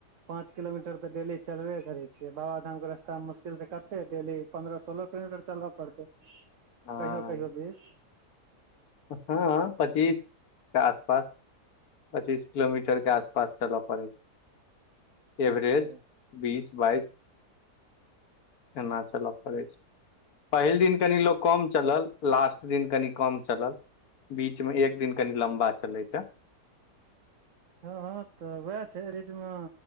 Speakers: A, on the right; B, on the left.
A: पाँच किलोमीटर तऽ डेली चलबे करै छियै बाबाधामके रास्तामे मुश्किल तऽ कते डेली पन्द्रह सोलह किलोमीटर चलबऽ पड़तै कहियो
B: हँ
A: कहियो बीस
B: हँ पच्चीस के आसपास पचीस किलोमीटर के आसपास चलब पड़ै छै एवरेज
A: अच्छा
B: बीस बाइस केना चलऽ पड़ै छै पहिल दिन कनि लोक कम चलल लास्ट दिन कनि कम चलल बीच में एक दिन कनि लम्बा चले छैय
A: हँ तऽ उएह छै बीचमे